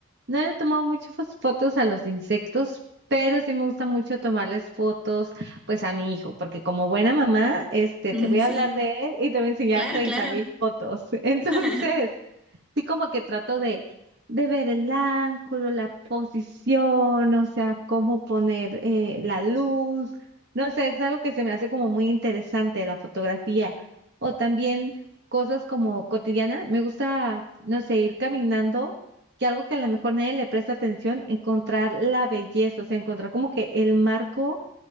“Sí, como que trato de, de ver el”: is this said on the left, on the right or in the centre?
Right